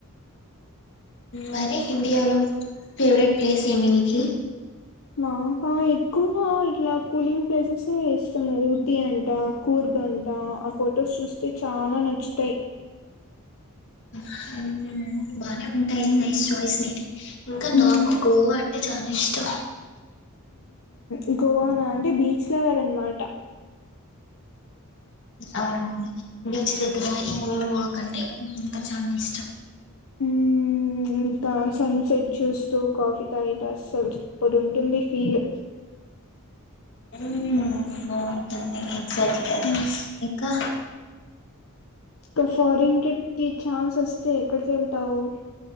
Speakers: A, on the left; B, on the left.
A: మరి ఇండియాలో ఫేవరెట్ ప్లేస్ ఏంటి నీకు
B: మాకా ఎక్కువగా ఇట్లా కూలింగ్ ప్లేసెస్ ఏ ఇష్టము. ఊటి అంట, కూర్గ్ అంట, ఆ ఫొటోస్ చూస్తే చాలా నచ్చుతాయి.
A: హ బానే ఉంటాయి నైస్ చాయిస్ ఇంకా నాకు
B: మ్మ్
A: గోవా అంటే చనా ఇష్టం
B: ఉ గోవానా అంటే బీచ్ లవర్ అనమాట
A: అవునా బీచ్ దగ్గర ఈవనింగ్ ంటే ఇంకా చాలా ఇష్టం
B: హ ఇంకా సన్ సెట్ చూస్తూ కాఫీ తాగితే అస్సలు అప్పుడుంటుంది ఫీల్
A: ఉ బాగుంటా సర్లే
B: మ్మ్
A: ఇంకా
B: ఒక ఫారెన్ ట్రిప్ కి ఛాన్స్ వస్తే ఎక్కడికి వెళ్తావు